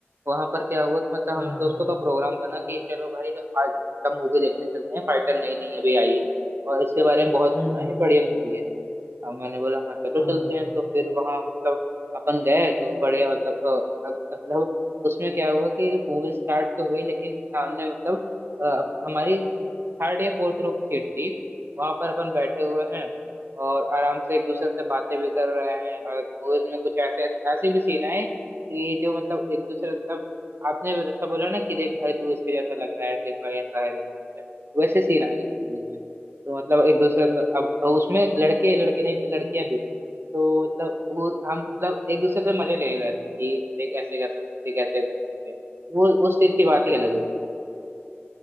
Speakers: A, on the right; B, on the left.
A: वहां पर क्या हुआ कि मतलब
B: हाँ
A: हम
B: हाँ
A: दोस्तों का प्रोग्राम बना कि चलो भाई आज मतलब मूवी देखने चलते हैं फाइटर नई नई अभी आई है और इसके बारे में बहुत
B: हम्म
A: सुना
B: हम्म
A: है बढ़िया मूवी है अब मैंने बोला हाँ चलो
B: हाँ
A: चलते
B: हाँ
A: हैं तो फिर वहां मतलब अपन गए तो बड़े मतलब अ, अग- मतलब उसमें क्या हुआ कि मूवी स्टार्ट तो हुई लेकिन सामने मतलब अ, हमारी थर्ड या फोर्थ रो की सीट थी वहां पर अपन बैठे हुए हैं और आराम से एक दूसरे से बातें भी कर रहे हैं और मूवीज में कुछ ऐसे ऐसे भी सीन आए कि जो मतलब एक दूसरे मतलब आपने जैसा बोला ना कि देख भाई तू इसके जैसा लग रहा है देख भाई ऐसा है देख तू वैसा है, वैसे सीन आए उस मूवीज में तो मतलब एक दूसरे से अब उसमें लड़के लड़के नहीं थे लड़कियां भी थी तो मतलब वो हम मतलब एक दूसरे से मजे ले रहे थे कि देख ऐसे कर सकते देख ऐसे कर सकते हैं वो उस चीज की बात ही अलग होती है